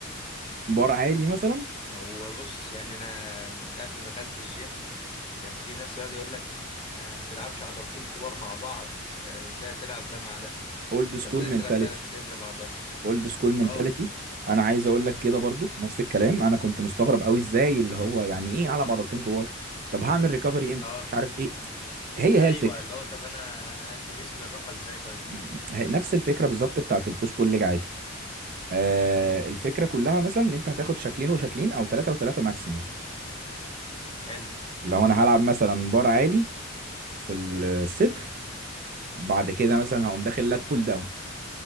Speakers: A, on the right (about 40°); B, on the left (about 25°).
A: بار عالي مثلا
B: هو بص يعني انا من ساعة ما دخلت الجيم كان في ناس يقعد يقول لك ما تلعبش عضلتين كبار مع بعض آه، ازاي تلعب ده مع ده
A: اولد سكول
B: فازاي
A: مينتاليتي
B: تلعب فعلا صدر مع ظهر
A: اولد سكول منتاليتي
B: اه
A: انا عايز اقول لك كده برضو نفس الكلام انا كنت مستغرب قوي ازاي اللي هو يعني ايه العب عضلتين كبار طب هعمل ريكفري امتى
B: اه
A: مش عارف ايه هي
B: ايوه
A: هي الفكره
B: اللي هو طب انا هدي جسمي الراحة ازاي طيب
A: م- هي نفس الفكره بالظبط بتاعت البوش بول ليج عادي آه
B: امم
A: الفكره كلها مثلا ان انت هتاخد شكلين وشكلين او ثلاثه وثلاثه ماكسيموم
B: حلو
A: لو انا هلعب مثلا بار عالي في الصدر بعد كده مثلا هقوم داخل لات بول داون